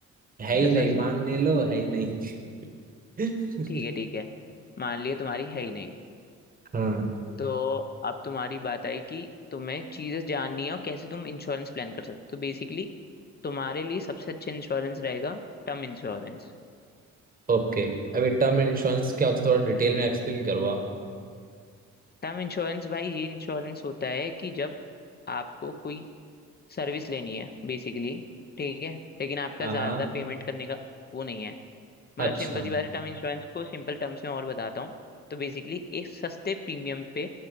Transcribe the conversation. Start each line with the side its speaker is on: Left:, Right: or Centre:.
Right: है ही
Left: Just
Right: नहीं
Left: assume
Right: मान नहीं लो है ही नहीं <laughs>
Left: ठीक है ठीक है मान लिया तुम्हारी है ही नहीं
Right: हाँ
Left: तो अब तुम्हारी बात आई कि तुम्हें चीजें जाननी है और कैसे तुम इंश्योरेंस प्लान कर सकते हो तो बेसिकली तुम्हारे लिए सबसे अच्छा इंश्योरेंस रहेगा टर्म इंश्योरेंस
Right: ओके अभी टर्म इंश्योरेंस क्या होता है थोड़ा डिटेल में एक्सप्लेन करो आप
Left: टर्म इंश्योरेंस भाई ये इंश्योरेंस होता है कि जब आपको कोई सर्विस लेनी है बेसिकली ठीक है लेकिन आपका
Right: हाँ
Left: ज़्यादा
Right: हाँ
Left: पेमेंट करने का वो नहीं है
Right: अच्छा
Left: मतलब सिंपल सी बात है टर्म इंश्योरेंस को सिंपल टर्म्स में और बताता हूँ तो बेसिकली एक सस्ते प्रीमियम पे